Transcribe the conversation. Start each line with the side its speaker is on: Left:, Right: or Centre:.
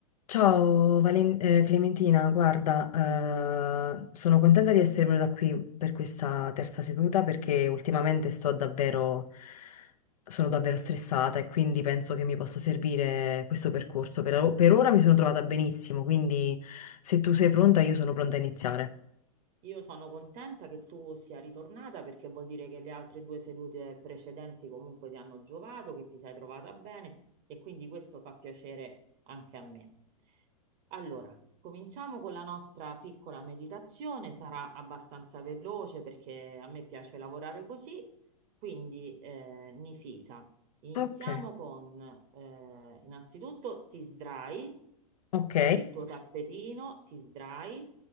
Left: Ciao Valen- eh, Clementina, guarda, eh, sono contenta di essere venuta qui per questa terza seduta perché ultimamente sto davvero, sono davvero stressata e quindi penso che mi possa servire questo percorso. Per, per ora mi sono trovata benissimo, quindi se tu sei pronta io sono pronta a iniziare.
Right: Io sono contenta che tu sia ritornata perché vuol dire che le altre due sedute precedenti comunque ti hanno giovato, che ti sei trovata bene e quindi questo fa piacere anche a me. Allora, cominciamo con la nostra piccola meditazione, sarà abbastanza veloce perché a me piace lavorare così, quindi eh, Nifisa, iniziamo
Left: Ok,
Right: con eh, innanzitutto ti sdrai,
Left: ok,
Right: prendi il tuo tappetino, ti sdrai